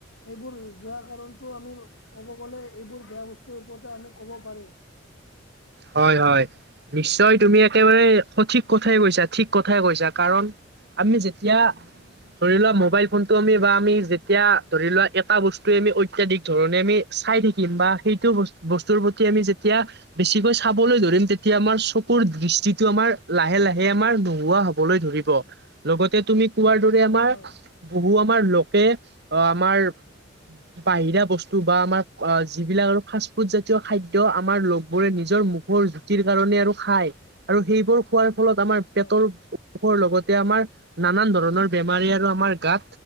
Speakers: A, on the left (about 85°); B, on the right (about 60°).
A: এইবোৰ যোৱা কাৰণটো আমি ক'ব গ'লে এইবোৰ বেয়া বস্তুৰ ওপৰতে আমি ক'ব পাৰোঁ।
B: হয় হয় নিশ্চয় তুমি একেবাৰে সঠিক কথাই কৈছা, ঠিক কথাই কৈছা কাৰণ আমি যেতিয়া ধৰি লোৱা মোবাইল ফোনটো আমি বা আমি যে এতিয়া ধৰি লোৱা এটা বস্তুৱে আমি অত্যাধিক ধৰণে আমি চাই থাকিম বা সেইটো বস্তুৰ প্ৰতি আমি যেতিয়া বেছিকৈ চাবলৈ ধৰিম তেতিয়া আমাৰ চকুৰ দৃষ্টিটো আমাৰ লাহে লাহে আমাৰ নোহোৱা হ'বলৈ ধৰিব। লগতে তুমি কোৱাৰ দৰে আমাৰ
A: হয়
B: বহু আমাৰ লকে আ আমাৰ বাহিৰা বস্তু বা আমাৰ যিবিলাক আৰু ফাষ্ট ফুড জাতীয় খাদ্য আমাৰ লগবোৰে নিজৰ মুখৰ জুতিৰ কাৰণে আৰু খাই আৰু সেইবোৰ খোৱাৰ ফলত আমাৰ পেটৰ
A: হয়
B: পেটৰ লগতে আমাৰ নানান ধৰণৰ বেমাৰী আৰু আমাৰ গাত